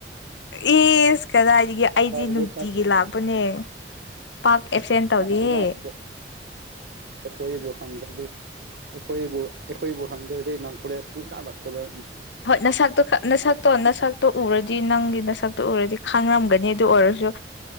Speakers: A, on the left; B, on the right.
A: ꯑꯦꯁ ꯀꯗꯥꯏꯗꯒꯤꯒ ꯑꯩꯗꯤ
B: ꯇꯧꯕ
A: ꯅꯨꯡꯇꯤꯒꯤ ꯂꯥꯛꯄꯅꯦ ꯄꯥꯛ ꯑꯦꯞꯁꯦꯟ ꯇꯧꯗꯦꯍꯦ
B: ꯁꯣꯂꯥꯀ ꯑꯩꯈꯣꯏꯌꯦꯕꯨꯣ ꯈꯪꯗꯤ ꯑꯩꯈꯣꯏꯕꯨ ꯑꯩꯈꯣꯏꯕꯨ ꯍꯪꯗ꯭ꯔꯗꯤ ꯅꯪꯈꯣꯂꯦꯁ ꯁꯨꯛ ꯂꯛꯇꯕ
A: ꯍꯣꯏ ꯅꯁꯥꯛꯇ‌ꯣ ꯅꯁꯥꯛꯇꯣ ꯅꯁꯛꯇ‌ꯣ ꯎꯔ ꯗꯤ ꯅꯪꯒꯤ ꯅꯁꯛꯇ‌ꯣ ꯎꯔꯗꯤ ꯈꯥꯡꯉꯝꯒꯅꯤ ꯑꯗꯨ ꯑꯣꯏꯔꯁꯨ